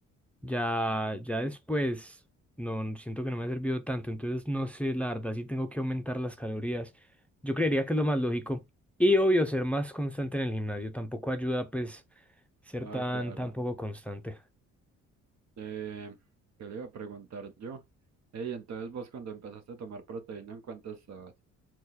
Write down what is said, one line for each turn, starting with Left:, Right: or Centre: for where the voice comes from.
Centre: ya, ya después no no- siento que no me ha servido tanto. Entonces no sé, la verdad, sí tengo que aumentar las calorías. Yo creería que es lo más lógico. Y obvio, ser más constante en el gimnasio tampoco ayuda, pues, ser
Right: Ah,
Centre: tan,
Right: claro.
Centre: tan poco constante.
Right: Eh, ¿qué le iba a preguntar yo? Ey, entonces vos cuando empezaste a tomar proteína, ¿en cuánto estabas?